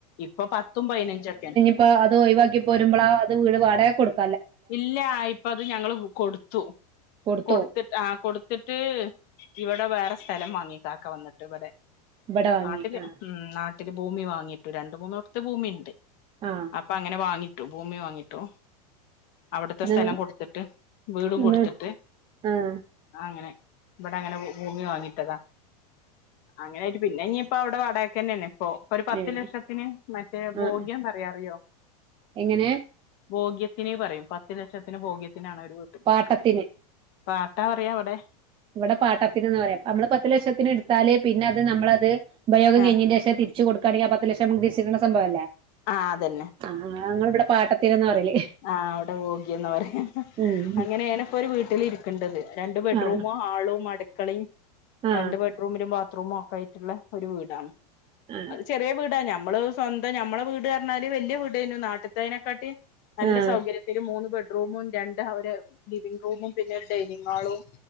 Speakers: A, on the left; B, on the right.
A: ഇപ്പൊ പത്തും പതിനഞ്ചൊക്കെയാണ്
B: അപ്പ അത് ഒഴിവാക്കി പോരുമ്പോൾ ആഹ് അത് വീട് വാടകയ്ക്ക് കൊടുക്കും
A: ഇല്ല ഇപ്പ അത് ഞങ്ങള് കൊടുത്തു
B: കൊടുത്തു
A: കൊടുത്തിട്ട് ആഹ് കൊടുത്തിട്ട് ഇവിടെ വേറെ സ്ഥലം വാങ്ങി കാക്ക വന്നിട്ട് ഇവിടെ
B: ഇവിടെ വാങ്ങി
A: നാട്ടില്
B: ആഹ്
A: ഉമ് നാട്ടില് ഭൂമി വാങ്ങിട്ടു രണ്ട് മൂന്ന് എടുത്ത് ഭൂമിയുണ്ട്
B: ആഹ്
A: അപ്പം അങ്ങനെ വാങ്ങിട്ടോ ഭൂമി വാങ്ങിയിട്ടോ അവിടുത്തെ
B: ന്ന്
A: സ്ഥലം കൊടുത്തിട്ട് വീടും കൊടുത്തിട്ട്
B: ന്ന് ആഹ്
A: അങ്ങനെ ഇവിടെ അങ്ങനെ ഭൂമി വാങ്ങിട്ടതാ അങ്ങനെയായിട്ട് പിന്നെ ഇനിയിപ്പൊ അവിടെ വാടകക്ക് തന്നെ അപ്പൊ ഒരു പത്ത്
B: ഏഹ്
A: ലക്ഷത്തിന് മറ്റേ ഭോഗിയം
B: ആഹ്
A: പറയാ അറിയോ
B: എങ്ങനെ
A: ഭോഗ്യത്തിനെ പറയും പത്ത് ലക്ഷത്തിന് ഭോഗ്യത്തിനാണ് അവര് വീട്ട് വിൽക്കുന്നത്
B: പാട്ടത്തിന്
A: പാട്ടാ പറയാ അവിടെ
B: ഇവിടെ പാട്ടത്തിനെന്ന് പറയാ നമ്മള് പത്ത് ലക്ഷത്തിന് എടുത്താല് പിന്നെ അത് നമ്മളത് ഉപയോഗം
A: ആ
B: കഴിഞ്ഞിന്റെ ശേഷം ച്ച് കൊടുക്കുകയാണെങ്കിൽ പത്ത് ലക്ഷം തിരിച്ചു കിട്ടുന്ന സംഭവ അല്ലേ
A: ആ അതന്നെ
B: ആഹ് ഞങ്ങള് ഇവിടെ പാട്ടീത്തിലെന്ന് പറയല്
A: ആഹ് അവിടെ വോഗിന്ന് പറയാ
B: ഉം
A: അങ്ങനെണ് ഇപ്പോ ഒരു വീട്ടിലിരിക്ക കണ്ടത് രണ്ട് ബെഡ്റൂമും
B: ആഹ്
A: ഹാളും അടുക്കളയും
B: ആഹ്
A: രണ്ട് ബെഡ്റൂമിലും ബാത്റൂമും ഒക്കെ ആയ് ഒരു വീടാണ്
B: ആഹ്
A: അത് ചെറിയ വീട നമ്മള് സ്വന്തം ഞമ്മളെ വീട് പറഞ്ഞാല് വല്യ വീടായിന്നു നാട്ടത്തേതിനെക്കാട്ടി നല്ല
B: ആഹ്
A: സൗകര്യം ഒരു മൂന്ന് ബെഡ്റൂ മും രണ്ട് അവര് ലിവിംഗ് റൂമും പിന്നെ ഒരു ഡൈനിങ് ഹാളും